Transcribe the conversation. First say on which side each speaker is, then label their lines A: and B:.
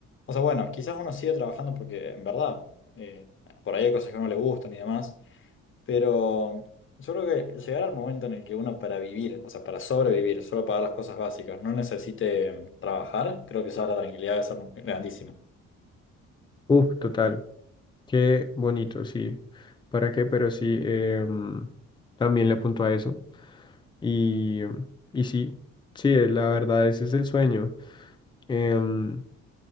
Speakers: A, on the left; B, on the left.
A: O sea, bueno, quizás uno sigue trabajando porque en verdad, eh, por ahí hay cosas que no le gustan y demás. Pero yo creo que llegar al momento en el que uno para vivir, o sea, para sobrevivir, solo pagar las cosas básicas, no necesite mm, trabajar, creo que ya la tranquilidad debe ser grandísima.
B: uff, total. Qué bonito, sí. ¿Para qué? Pero sí, em, también le apunto a eso. Y, y sí, sí, eh, la verdad, ese es el sueño. Em,